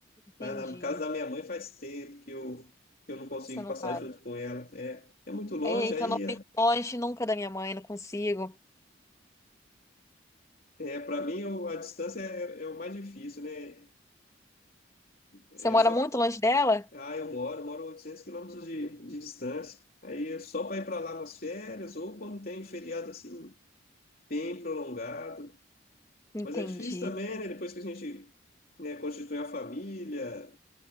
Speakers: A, on the left; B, on the left.
A: entendi.
B: Na, na casa da minha mãe faz tempo que eu, que eu não consigo
A: Você não
B: passar
A: vai.
B: junto com ela. É, é muito longe,
A: Eita,
B: aí
A: eu não fico longe nunca da minha mãe, não consigo.
B: é, para mim eu- a distância é, é o mais difícil, né? É,
A: Você mora
B: Eu só,
A: muito longe dela?
B: ah, eu moro, moro a 800 quilômetros de, de distância. Aí é só para ir para lá nas férias ou quando tem um feriado assim bem prolongado.
A: Entendi.
B: Mas é difícil também, né? Depois que a gente, né, constitui a família,